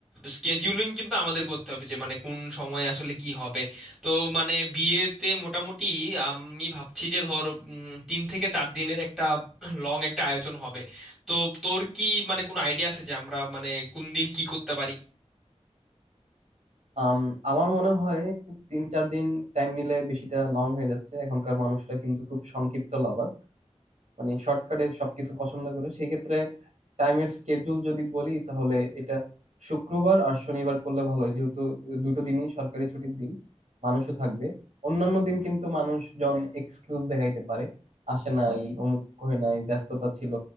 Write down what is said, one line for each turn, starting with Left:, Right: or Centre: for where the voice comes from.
Centre: স্কেডিউলিং কিন্তু আমাদের করতে হবে যে মানে কোন সময়ে আসলে কি হবে তো মানে বিয়েতে মোটামুটি আমি ভাবছি যে ধর উম, তিন থেকে চার দিনের একটা <clears throat> লং একটা আয়োজন হবে তো তোর কি মানে কোনো আইডিয়া আছে যে আমরা মানে কোন দিন কি করতে পারি
Right: আম, আমার মনে হয় তিন চার দিন টাইম নিলে বেশিটা লং হয়ে যাচ্ছে এখনকার মানুষরা কিন্তু খুব সংক্ষিপ্ত লাভার মানে শর্টকাটে সবকিছু পছন্দ করে সেই ক্ষেত্রে টাইমের স্কেডিউল যদি বলি তাহলে এটা শুক্রবার আর শনিবার করলে ভালো হয় যেহেতু দুটো দিনই সরকারি ছুটির দিন মানুষও থাকবে অন্যান্য দিন কিন্তু মানুষজন এক্সকিউজ দেখাইতে পারে আসে নাই অমুক হয় নাই ব্যস্ততা ছিল